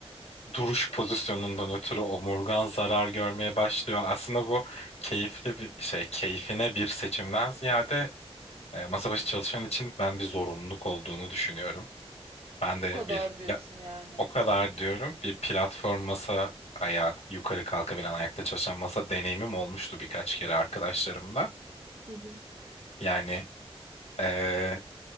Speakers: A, on the left; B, on the right.
A: duruş pozisyonundan ötürü omurgan zarar görmeye başlıyor. Aslında bu keyifli bir şey, keyfine bir seçimden ziyade e, masa başı çalışan için ben bir zorunluluk olduğunu düşünüyorum. Ben
B: O
A: de
B: kadar
A: bir
B: diyorsun
A: pla-
B: yani.
A: o kadar diyorum bir platform masa ayağı yukarı kalkabilen ayakta çalışan masa deneyimim olmuştu birkaç kere arkadaşlarımla.
B: Hı hı.
A: Yani e,